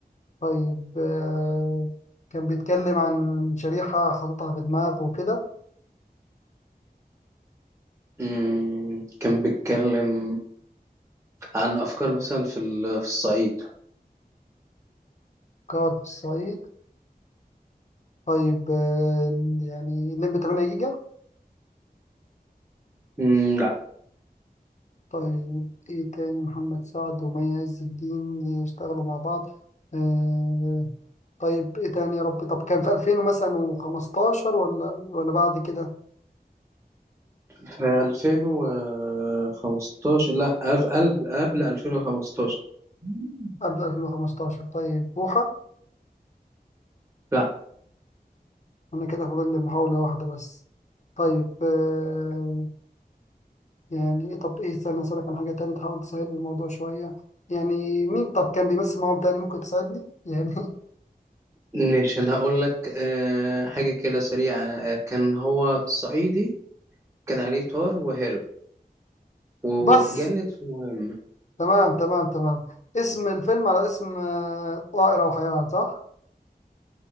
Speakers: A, on the left; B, on the right.
A: طيب آه، كان بيتكلم عن شريحة حاططها في دماغه وكده
B: مم... كان بيتكلم عن افكار مثلا في ال... في الصعيد
A: كار في الصعيد طيب آه، يعني الليمبي 8 جيجا
B: مم... لا
A: طيب إيه تاني محمد سعد ومعز الدين يشتغلوا مع بعض آه، طيب إيه تاني يا ربي طب كان في 2000 مثلا وخمستاشر ولا ولا بعد كده
B: في 2015 لا ألف... قبل قبل 2015 مم.
A: قبل 2015 طيب بوحة
B: لا
A: أنا كده فاضل لي محاولة واحدة بس طيب آه، يعني إيه طب إيه استنى أسألك عن حاجة تانية تحاول تسهل لي الموضوع شوية يعني مين طب كان بيمثل معاهم تاني ممكن تساعدني يعني <laughs>
B: مش انا هقول لك آه... حاجة كده سريعة آه... كان هو صعيدي كان عليه طار وهرب واتجند
A: بس
B: في مهمة
A: تمام تمام تمام اسم الفيلم على اسم آه، طائر أو حيوان صح؟